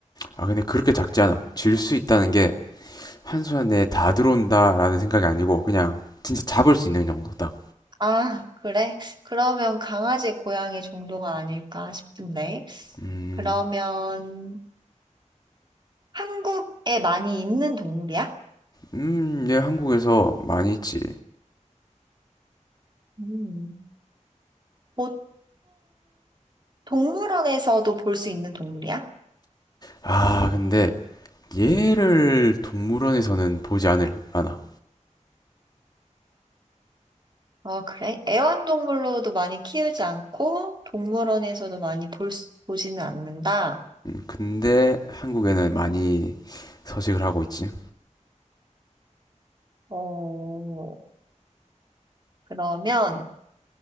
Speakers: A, on the left; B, on the right.
A: 아, 근데 그렇게 작지 않아. 쥘 수 있다는 게 한손에다 들어온다라는 생각이 아니고 그냥 진짜 잡을 수 있는 정도 딱.
B: 아, 그래? 그러면 강아지, 고양이 정도가 아닐까 싶은데.
A: 음,
B: 그러면 한국에 많이 있는 동물이야?
A: 음, 얘 한국에서 많이 있지.
B: 음, 보통 동물원에서도 볼 수 있는 동물이야?
A: 아, 근데 얘를 동물원에서는 보지 않을 않아.
B: 어, 그래? 애완동물로도 많이 키우지 않고 동물원에서도 많이 볼 수- 보지는 않는다.
A: 근데 한국에는 많이 서식을 하고 있지.
B: 어, 그러면